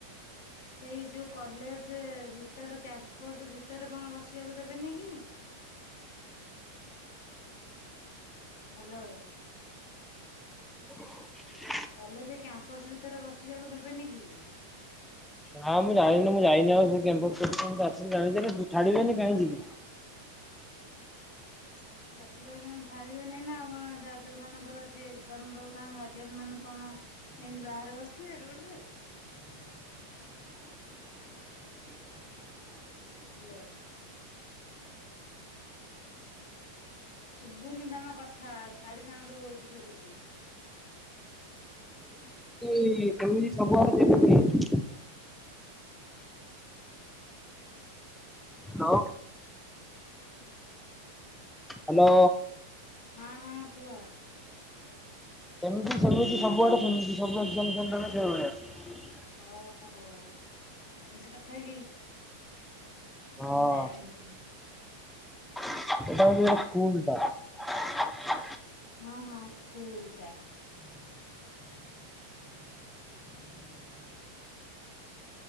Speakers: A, on the left; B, in the centre.
A: ସେଇ ଯୋଉ କଲେଜ ଭିତର କ୍ୟାମ୍ପସ ଭିତରେ କଣ ବସିବାକୁ ଦେବେନି କି? <inaudible> ହାଲୋ।
B: <inaudible>
A: କଲେଜ କ୍ୟାମ୍ପସ ଭିତରେ ବସିବାକୁ ନେବେନି କି?
B: ହାଁ ମୁଁ ଜାଣିନି ମୁଁ ଯାଇନି ଆଉ ସେ କ୍ୟାମ୍ପସ୍ କତିକି ମୁଁ ତ ଆକ୍ଚୁଲି ଜାଣିଚି ହେଟା ଛାଡ଼ି ବେନି କାହିଁ ଯିବି?
A: <inaudible> ବାଟେଇପାରିଏଁ ଛାଡ଼ିବେନେଇ ନାଁ ଆଉ କଣ ଯା ଯୋଉ ମାନଙ୍କର ଯିଏ ଏଗ୍ଜାମ୍ ଦବ ତାଙ୍କ ଗାର୍ଡି଼ଆନ୍ ମାନେ କଣ ଏନ୍ତି ବାହାରେ ବସଥିବେ ରୋଡ଼ରେ? ହାଲୋ। ଶୁଭୁନି ତମ କଥା ଗାଡ଼ି ସାଉଣ୍ଡ୍ ବୋହୁତ ଶୁବୁଚି।
B: ତି ସେମିତି ସବୁଆଡ଼େ ଯେମିତି। ହେଲୋ। ହାଲୋ।
A: ହଁ ହଁ କୁହ।
B: ସେମିତି ସେମିତି ସବୁଆଡ଼େ ସେମିତି ସବୁ ଏଗଜାମ୍ ସେଣ୍ଟର୍ ରେ ସେଇଭଳିଆ।
A: ଓହୋ ଏମିତି କଥା କି? ମୁଁ
B: ହଁ।
A: ଜାଣି ଇ।
B: ଏଟା ହଉଚି ଗୋଟେ ସ୍କୁଲ୍ ଟା।
A: ହଁ ହଁ ସ୍କୁଲ୍ ଟା।